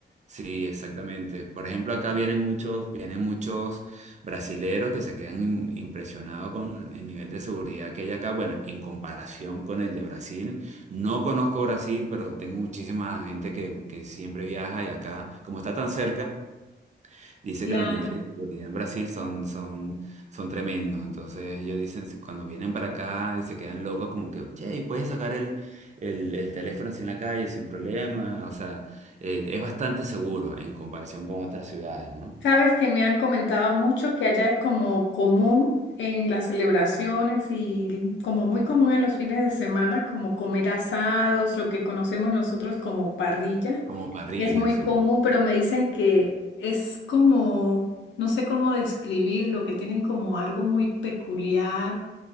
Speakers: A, on the right; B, on the left.
A: Sí, exactamente. Por ejemplo, acá vienen muchos, vienen muchos brasileros que se quedan im- impresionados con el nivel de seguridad que hay acá. Bueno, en comparación con el de Brasil, no conozco Brasil, pero tengo muchísima gente que, que siempre viaja y acá, como está tan cerca. Dice
B: Claro.
A: que los niveles de seguridad en Brasil son, son, son tremendos. Entonces ellos dicen, se- cuando vienen para acá y se quedan locos, como que, che, y puedes sacar el, el, el teléfono así en la calle sin problema. O sea, eh, es bastante seguro en comparación con otras ciudades, ¿no?
B: Sabes que me han comentado mucho que allá es como común en las celebraciones y como muy común en los fines de semana, como comer asados, lo que conocemos nosotros como parrilla.
A: Como parrillas,
B: Es muy
A: sí.
B: común, pero me dicen que es como, no sé cómo describirlo, que tienen como algo muy peculiar.